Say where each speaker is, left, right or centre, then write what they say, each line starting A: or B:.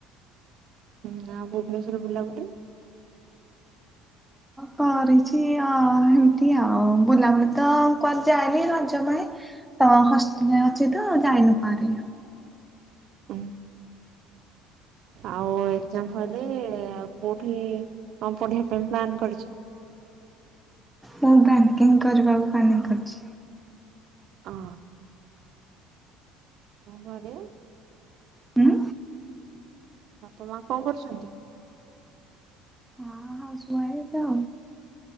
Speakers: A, on the right; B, in the centre.
A: ହୁଁ ଆଉ ଭୁବନେଶ୍ୱର ବୁଲାବୁଲି। <inaudible>
B: କରିଚି ଅ ହେମିତି ଆଉ ବୁଲାବୁଲି ତ କୁଆଡେ ଯାଏନି ରଜ ପାଇଁ ତ ହଷ୍ଟେଲରେ ଅଛି ତ ଯାଇନୁ କୁଆଡେ
A: ହୁଁ ଆଉ ଏଗ୍ଜାମ୍ ପରେ ଆଉ କୋଉଠି କଣ ପଢିବା ପାଇଁ ପ୍ଲାନ୍ କରିଚ।
B: ମୁଁ ବ୍ୟାଙ୍କିଙ୍ଗ କରିବାକୁ ପ୍ଲାନିଂ କରିଚି।
A: ଅଁ <inaudible>
B: ହୁଁ
A: ବାପା ମାଁ କଣ କରୁଛନ୍ତି?
B: ହଁ ହାଉସୱାଇଫ୍ ତ